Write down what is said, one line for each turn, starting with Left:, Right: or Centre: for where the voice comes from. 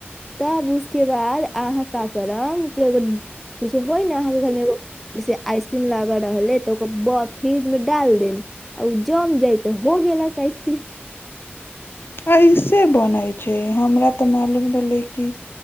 Centre: तब उसके बाद अहाँ का करम की होइ ने अहाँके घर मे एगो जैसे आइसक्रीम लागऽ रहलै तऽ ब-ओकर फ्रिज मे डाल देब आ उ जम जाइत त हो गेला आइस्क्रीम
Left: ऐसे बनै छै हमरा तऽ मालूम रहले की